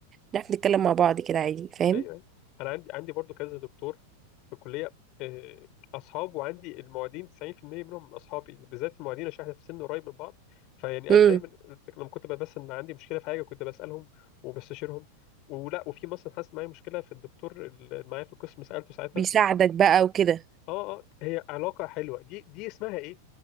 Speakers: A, on the right; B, on the left.
A: بنعرف نتكلم مع بعض كده عادي فاهم
B: ايوه ايوه انا عندي عندي برضو كذا دكتور في الكليه آه، اصحاب وعندي المعيدين 90% منهم اصحابي بالذات المعيدين عشان احنا في سن قريب من بعض فيعني
A: امم
B: انا دايما لما كنت بس ان عندي مشكله في حاجه كنت بسالهم وبستشيرهم ولا وفي مثلا حصلت معايا مشكله في الدكتور اللي معايا في القسم سالته ساعتها
A: بيساعدك بقى وكده
B: اه اه هي علاقه حلوه دي دي اسمها ايه